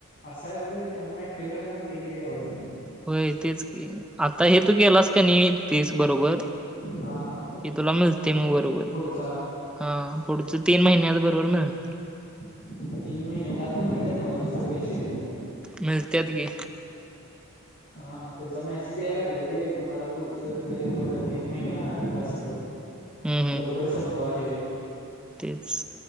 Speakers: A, on the left (about 40°); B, in the centre.
A: असां आहे वयं त्यांमुळे क्टिव्ह राहांयला लागते की रे यांवर
B: होयं तेचं आंता हे तू ग केलांस कां नाहीं तेचं बरोबर कि
A: हा हा
B: तुंला मिळते मुगूं बरोबर
A: पुढचा
B: हां पुढचे तीनं महिन्यां पक्कं बरोबर मिळणारं
A: तीनं महिने त्यांत पणं मिळतातं नी जास्तं पैसे
B: मिळत्यात की
A: हांऊ हां त्यांचा मेसेज यायला लागलात रे तुम्हांला पुढचं बरं तीनं महिने टस्कं
B: हम्म
A: लवकरं संपवांहे
B: टिप्स